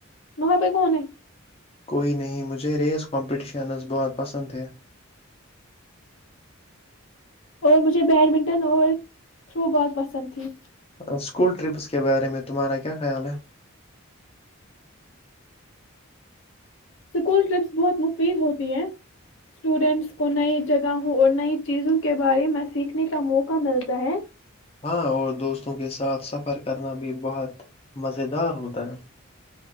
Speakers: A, on the left (about 65°); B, on the left (about 30°).
A: ماں پائی کون ہے
B: کوئی نہیں مجھے ریس کمپٹیشنز بہت پسند تھے
A: اور مجھے بیڈمنٹن اور تھرو بال پسند تھی
B: اسکول ٹرپس کے بارے میں تمہارا کیا خیال ہے؟
A: اسکول ٹرپس بہت مفید ہوتی ہے اسٹوڈینٹس کو نئی جگہوں اور نئی چیزوں کے بارے میں سیکھنے کا موقع ملتا ہے
B: ہاں اور دوستوں کے ساتھ سفر کرنا بھی بہت مزیدار ہوتا ہے